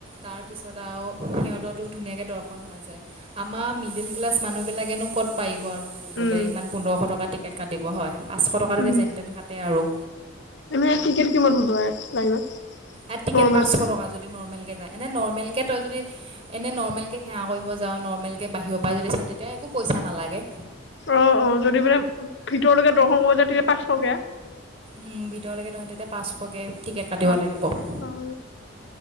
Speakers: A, on the right; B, on the left.
A: তাৰ পিছত আৰু সিহতৰতো ধুনীয়াকে দৰ্শন হৈ যায় আমাৰ মিডিল ক্লাছ মানুহ বিলাকেনো ক'ত পাৰিব আৰু কৰিবলে
B: উম
A: ইমান পোন্ধৰশ টকা টিকেট কাটিব হয় পাঁচশ টকালৈকে
B: উম।
A: যেন তেন কাটে আৰু
B: এনে টিকেট কিমান হ'ব লাইনত
A: এ টিকেট
B: নৰ্মেল?
A: পাঁচশ টকা যদি নৰ্মেল এ নৰ্মেল কে তই যদি এনে নৰ্মেল কে সেৱা কৰিব যা নৰ্মেল কে বাহিৰৰ পৰা যদি চা তেতিয়া একো পইচা নালাগে
B: অ অ যদি মানে ভিতৰলৈকে দৰ্শন কৰিব যায় তেতিয়া পাঁচশকে
A: উম ভিতৰলৈকে তহ তেতিয়া পাঁচশকে টিকেট কাটিব
B: বাপ্পা
A: লাগিব সেয়া
B: ঐ